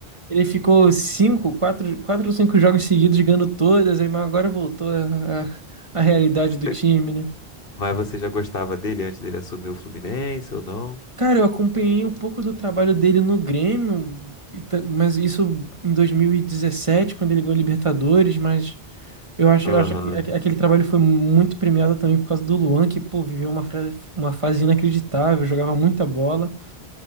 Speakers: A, on the right (about 30°); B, on the left (about 65°).
A: Ele ficou cinco, quatro, quatro ou cinco jogos seguidos ganhando todas, aí mas agora voltou a, a a realidade
B: Você-
A: do time, né?
B: Mas você já gostava dele antes dele assumir o Fluminense ou não?
A: Cara, eu acompanhei um pouco do trabalho dele no Grêmio, e ta- mas isso em 2017 quando ele ganhou a Libertadores, mas eu acho,
B: Aham.
A: eu acho que aque- aquele trabalho foi muito premiado também por causa do Luan, que, pô, viveu uma, fra- uma fase inacreditável, jogava muita bola.